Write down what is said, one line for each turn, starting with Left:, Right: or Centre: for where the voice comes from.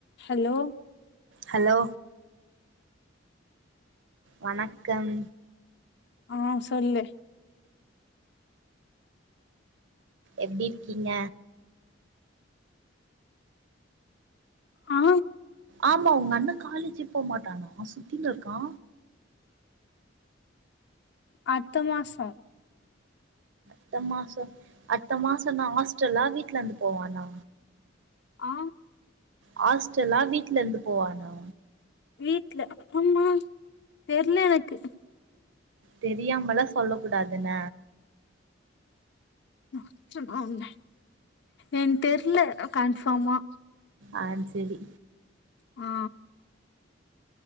Left: Hello
Right: hello வணக்கம்
Left: ஆ சொல்லு
Right: எப்டி இருக்கீங்க
Left: ஆ
Right: ஆமா உங்க அண்ண காலேஜு போமாட்டானா சுத்தின்னு இருக்கா
Left: அடுத்த மாசோ
Right: அடுத்த மாசோ அடுத்த மாசோ என்ன ஹாஸ்டல்லா வீட்ல இருந்து போவானா
Left: ஆ
Right: ஹாஸ்டல்லா வீட்ல இருந்து போவானா
Left: வீட்ல அம்மா தெர்ல எனக்கு
Right: தெரியாமலா சொல்ல கூடாது என்ன
Left: அடுச்சனா உன்ன எனக்கு தெர்ல கன்ஃபார்மா
Right: ஆ செரி
Left: ஆ